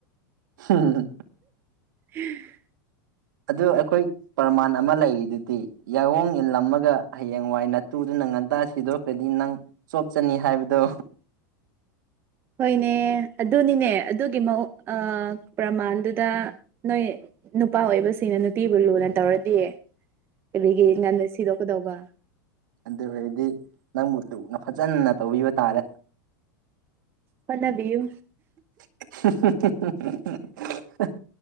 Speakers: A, on the right; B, on the right.
A: ꯍꯨꯝ
B: ꯎꯝ <unintelligible>
A: ꯑꯗꯨ ꯑꯩꯈꯣꯏ ꯄ꯭ꯔꯃꯥꯟ ꯑꯃ ꯂꯩꯔꯤꯗꯨꯗꯤ ꯌꯥꯏꯑꯣꯡ ꯏꯜꯂꯝꯃꯒ ꯍꯌꯦꯡ ꯋꯥꯏ ꯅꯠꯇꯨꯗꯨꯅ ꯉꯟꯇꯥ ꯁꯤꯗꯣꯛꯈ꯭ꯔꯗꯤ ꯅꯪ ꯆꯣꯞ ꯆꯅꯤ ꯍꯥꯏꯕꯗꯣ
B: ꯍꯣꯏꯅꯦ ꯑꯗꯨꯅꯤꯅꯦ ꯑꯗꯨꯒꯤ ꯃꯑꯣꯡ ꯄ꯭ꯔꯃꯥꯟꯗꯨꯗ ꯅꯣꯏ ꯅꯨꯄꯥ ꯑꯣꯏꯕꯁꯤꯡꯅ ꯅꯨꯄꯤꯕꯨ ꯂꯨꯅ ꯇꯧꯔꯗꯤ ꯀꯔꯤꯒꯤ ꯉꯟꯅ ꯁꯤꯗꯣꯛꯀꯗꯧꯕ
A: ꯑꯗꯨ ꯑꯣꯏꯔꯗꯤ ꯅꯪꯕ ꯂꯨꯨꯅ ꯐꯖꯟꯅ ꯇꯧꯕꯤꯕ ꯇꯥꯔꯦ
B: ꯍꯣꯠꯅꯕꯤꯌꯨ
A: <unintelligible>